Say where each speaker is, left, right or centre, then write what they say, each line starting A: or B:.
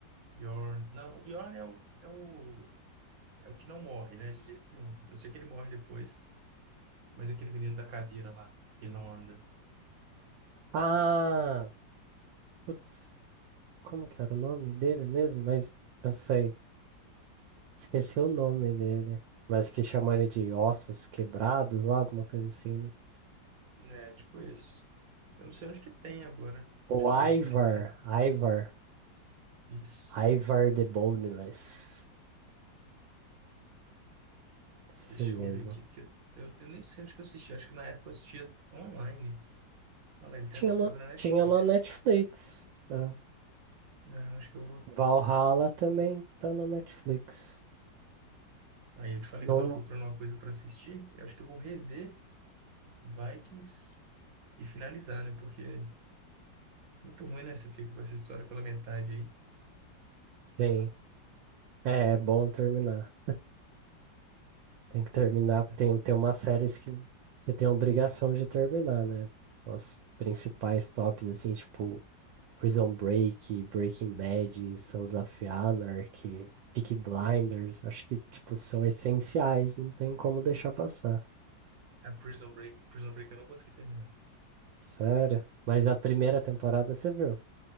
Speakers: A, on the right; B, on the right.
A: Bjorn. Não, o Bjorn é o, é o, é o que não morre, né? De jeito nenhum. Eu sei que ele morre depois, mas é aquele menino da cadeira lá, que ele não anda.
B: Ah! Putz, como que era o nome dele mesmo? Mas eu sei. Esqueci o nome dele. Mas que chamam ele de ossos quebrados lá, alguma coisa assim, né?
A: É, tipo isso. Eu não sei onde que tem agora.
B: O
A: Deixa eu
B: Ivar.
A: ver aqui se vai.
B: Ivar.
A: Isso.
B: Ivar the Boneless. Esse
A: Deixa
B: mesmo.
A: eu ver aqui, porque eu, eu nem sei onde que eu assisti. Acho que na época eu assistia online. Olha lá, ele tem
B: Tinha
A: disponível
B: na,
A: na Netflix.
B: tinha na Netflix. né?
A: É, acho que eu vou
B: Valhalla também tá na Netflix.
A: Aí eu te falei
B: Não
A: que eu tava procurando uma coisa para assistir, e acho que eu vou rever Vikings e finalizar, né? Porque é muito ruim, né? Você fica com essa história pela metade aí.
B: tem. É, é bom terminar. Tem que terminar.
A: né?
B: Tem, tem umas séries que você tem a obrigação de terminar, né? Os principais tops, assim, tipo Prison Break, Breaking Bad, Sons of Anarchy, Peaky Blinders. Acho que, tipo, são essenciais. Não tem como deixar passar.
A: A Prison Break, Prison Break eu não consegui terminar.
B: Sério. Mas a primeira temporada você viu?